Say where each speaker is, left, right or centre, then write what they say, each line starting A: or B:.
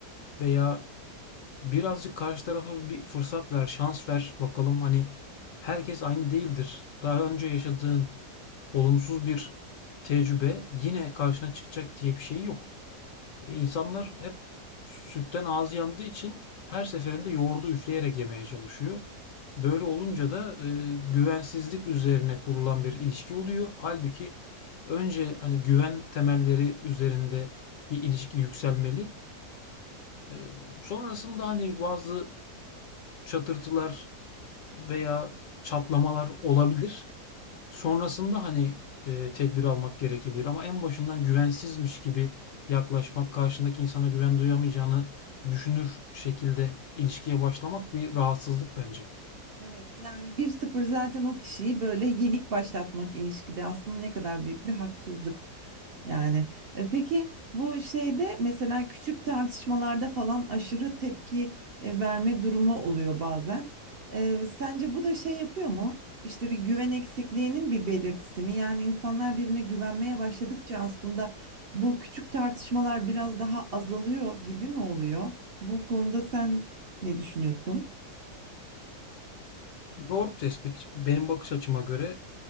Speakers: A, on the left; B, on the right.
A: Veya birazcık karşı tarafa bir fırsat ver, şans ver. Bakalım hani herkes aynı değildir. Daha önce yaşadığın olumsuz bir tecrübe yine karşına çıkacak diye bir şey yok. İnsanlar hep sütten ağzı yandığı için her seferinde yoğurdu üfleyerek yemeye çalışıyor. Böyle olunca da e, güvensizlik üzerine kurulan bir ilişki oluyor. Halbuki önce hani güven temelleri üzerinde bir ilişki yükselmeli. E, sonrasında hani bazı çatırtılar veya çatlamalar olabilir. Sonrasında, hani, eee, tedbir almak gerekebilir ama en başından güvensizmiş gibi yaklaşmak, karşındaki insana güven duyamayacağını düşünür şekilde ilişkiye başlamak bir rahatsızlık bence.
B: Evet yani bir sıfır zaten o kişiyi böyle yenik başlatmak ilişkide aslında ne kadar büyük bir haksızlık. Yani E, peki bu şeyde mesela küçük tartışmalarda falan aşırı tepki e, verme durumu oluyor bazen. E, sence bu da şey yapıyor mu? İşte bir güven eksikliğinin bir belirtisi mi? Yani insanlar birbirine güvenmeye başladıkça aslında bu küçük tartışmalar biraz daha azalıyor gibi mi oluyor? Bu konuda sen ne düşünüyorsun?
A: Doğru tespit. Benim bakış açıma göre